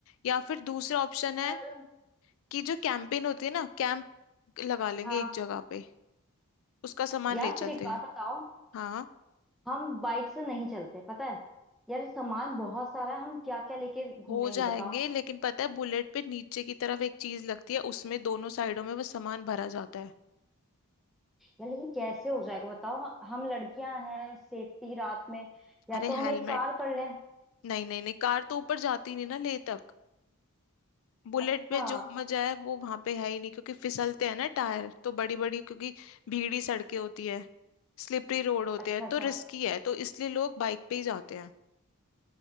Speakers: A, on the left (about 65°); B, in the centre.
A: या फिर दूसरा ऑप्शन है
B: चल
A: कि जो कैंपिंग होती है ना कैंप लगा लेंगे
B: हाँ
A: एक जगह पे उसका सामान
B: यार
A: ले
B: फिर
A: चलते
B: एक बात
A: हैं
B: बताओ
A: हाँ
B: हम बाइक से नहीं चलते पता है यार सामान बहुत सारा है हम क्या क्या लेके घूमेंगे
A: हो जाएंगे
B: बताओ
A: लेकिन पता है बुलेट पे नीचे की तरफ एक चीज लगती है उसमें दोनों साइडों में वो सामान भरा जाता है
B: यार लेकिन कैसे हो जाएगा बताओ हम लड़कियां हैं सेफ्टी रात में या
A: अरे
B: तो हम
A: हेलमेट
B: एक कार कर लें
A: नहीं नहीं नहीं कार तो ऊपर जाती नहीं ना ले तक बुलेट
B: अच्छा
A: में जो मजा है वो वहां पे है ही नहीं क्योंकि फिसलते हैं ना टायर तो बड़ी बड़ी क्योंकि भीड़ी सड़कें होती है स्लिपरी रोड होते
B: अच्छा
A: हैं
B: अच्छा
A: तो रिस्की है तो इसलिए लोग बाइक पे ही जाते हैं